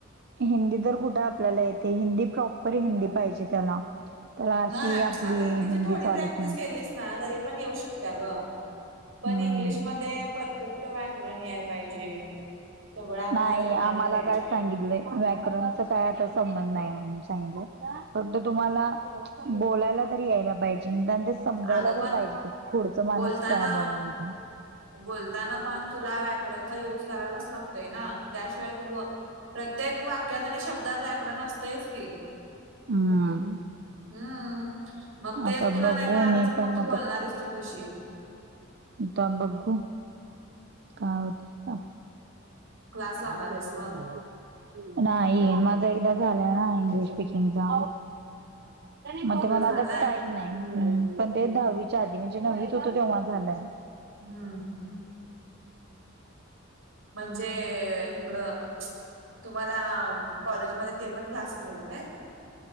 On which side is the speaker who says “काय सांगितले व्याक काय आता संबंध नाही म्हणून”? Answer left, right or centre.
Right